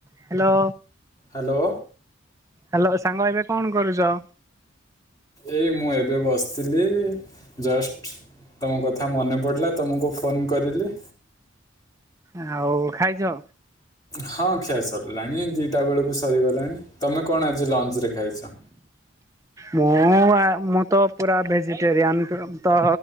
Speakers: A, on the right (about 15°); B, on the left (about 20°).
A: Hello.
B: Hello.
A: Hello ସାଙ୍ଗ ଏବେ କଣ କରୁଚ?
B: ଏଇ ମୁଁ ଏବେ ବସିଥିଲି ଜଷ୍ଟ ତମ କଥା ମନେ ପଡିଲା ତମକୁ ଫୋନ୍ କରିଲି।
A: ଆଉ ଖାଇଚ?
B: ହଁ ଖିଆ ସରିଲାଣି ଦିଟା ବେଳକୁ ସରିଗଲାଣି ତମେ କଣ ଆଜ୍ ଲଞ୍ଚ୍ ରେ ଖାଇଚ?
A: ମୁଁ ଆ ମୁଁ ତ ପୁରା ଭେଜିଟେରିଆନ୍ ତ